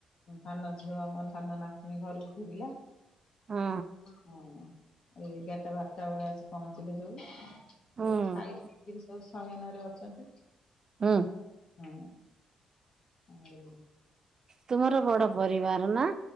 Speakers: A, on the left; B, on the right.
A: ସାନ ଝିଅ ଧାନ ନାତୁଣୀ ଘରକୁ ଫେରିଲା।
B: ହଁ ହଁ
A: ହଁ ଏଇ ଏଗାରଟା ବାରଟା ବେଳିଆ ଆସି ପହଞ୍ଚିଲେ ସବୁ ସବୁ
B: ହୁଁ
A: ଖାଇ ପିକରି ସବୁ ସୟନରେ ଅଛନ୍ତି।
B: ହୁଁ
A: ହଁ ଆଉ
B: ତୁମର ବଡ ପରିବାର ନା?